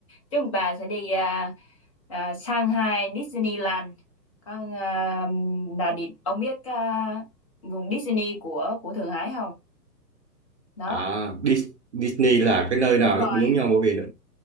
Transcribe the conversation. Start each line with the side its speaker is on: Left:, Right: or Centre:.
Left: chúng ta sẽ đi à, à, Shanghai Disneyland con à, là đi ông biết à, vùng Disney của của Thượng Hải không đó
Right: À, Dis- Disney là cái nơi nào
Left: đúng rồi
Right: nó cũng giống nhau bởi vì nó-